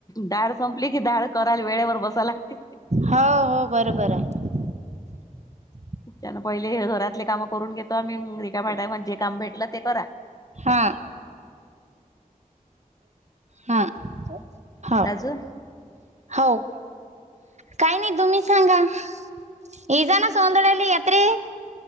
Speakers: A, on the left; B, on the right.
A: डाळ संपली की डाळ करायला वेळेवर बसाय लागती.
B: हो हो बरोबर हाय. <inaudible>
A: त्यांनं पहिले हे घरातले कामं करून घेतो आम्ही. रिकाम्या टायमात जे काम भेटलं ते करा.
B: हां हां हाल.
A: अजून
B: हो. काय नाही, तुम्ही सांगा? <unintelligible>